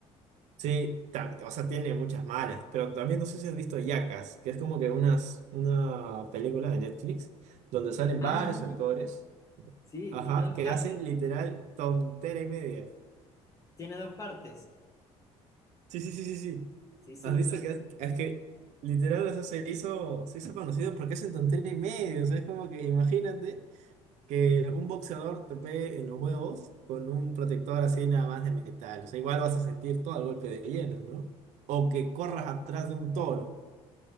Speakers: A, on the right; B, on the left.
A: Sí, ta- o sea, tiene muchas malas, pero también no sé si has visto Jackass, que es como que unas, una película de Netflix donde salen
B: Ajá.
A: varios actores,
B: Sí,
A: ajá,
B: tiene dos
A: que
B: partes.
A: hacen literal tontera y media.
B: Tiene dos partes.
A: Sí, sí, sí, sí, sí.
B: Sí, sí,
A: ¿Has visto
B: yo.
A: que es, es que literal o sea, se hizo, se hizo conocido porque hacen tontera y media? O sea, es como que imagínate. que un boxeador te pegue en los huevos con un protector así nada más de metal. O sea, igual vas a sentir todo el golpe de hielo, ¿no? O que corras atrás de un toro.